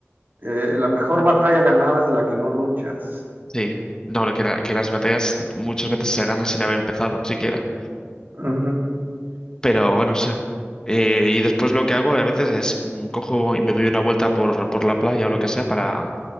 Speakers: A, on the right; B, on the left.
A: eh, la mejor batalla ganada es la que no luchas.
B: Sí. No, que, la- que las batallas muchas veces se ganan sin haber empezado, siquiera.
A: Ujú.
B: Pero bueno, no sé Eh, y después lo que hago a veces es mm, cojo y me doy una vuelta por, por la playa o lo que sea para,